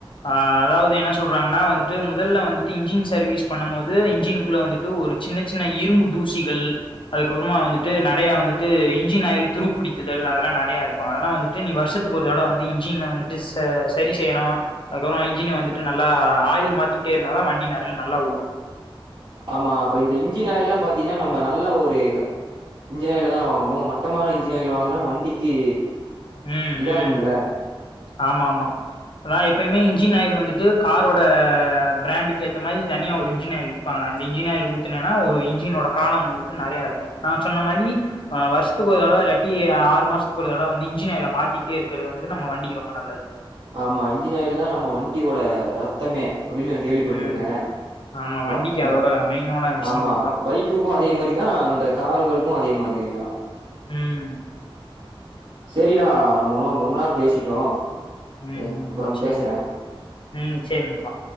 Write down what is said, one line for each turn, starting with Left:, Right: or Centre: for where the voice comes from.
Left: ஆஹ் அதாவது என்ன சொல்றாங்கன்னா வந்துட்டு முதல்ல வந்துட்டு இன்ஜின் சர்வீஸ் பண்ணும் போது இன்ஜின்க்குள்ள வந்துட்டு ஒரு சின்ன சின்ன இரும்பு தூசிகள் அதுக்கப்புறமா வந்துட்டு நெறைய வந்துட்டு இன்ஜின் ஆயில் துரு பிடித்துதல் அதெல்லா நெறைய இருக்கு அதெல்லா வந்துட் டு நீ வருஷத்துக்கு ஒரு தடவ வந்து இன்ஜின்ன வந்துட்டு ச சரி செய்யனு அதுக்கப்புறமா இன்ஜின் வந்துட்டு நல்லா ஆயில் மாத்திட்டே இருந்தா தா வண்டி நரல் நல்லா ஓடும்
Right: ஆமா அப்ப இந்த இன்ஜின் ஆயில்ல்லா பாத்தீனா நம்ம நல்லா ஒரு இன்ஜின் ஆயில தா வாங்கணு மட் டமான இன்ஜினாயில் வாங்குனா வண்டிக்கு
Left: ம்
Right: இதாகும்முல்ல
Left: ம் ஆமா ஆமா நா எப்பய்மே இன்ஜின் ஆயில் வந்துட்டு காரோட பிராண்டுக்கு ஏத்த மாரி தனியா ஒரு இன்ஜின் ஆயில் விப்பாங்க அந்த இன்ஜின் ஆயல் ஊத்துனேன்னா ஒரு இன்ஜினோட காலம் வந்துட்டு நெறையா இருக்கு நா சொன்ன மாரி அ வருஷத்துக்கு ஒரு தடவ இல்லாட்டி ஆறு மாசத்துக்கு ஒரு தடவ வந்து இன்ஜின்ன் ஆயில மாத்திட்டே இருக்கிறது வந்து நம்ம வண்டிக்கு ரொ ம்ப நல்லது
Right: ஆமா இன்ஜின் ஆயில் தா நம்ம வண்டியோட ரத்தமே அப்டினு கேள்விப்பட்ருக்கே
Left: ம் ஆமா வண்டிக்கு
Right: வ ப
Left: அதோட மெயினான விஷயமே
Right: ஆமா
Left: அதா
Right: பைக் துக்கு அதே மாரிதா அந்த காருகளுக்கு அதே மாத்ரிதா
Left: ம்
Right: செரிடா நம்ம ர் ரொம்ப நேர பேசிட்டோ
Left: ம்
Right: எ
Left: ம்
Right: அப்பறம்
Left: சேரி
Right: பேசறே
Left: ம் சேரி நண்பா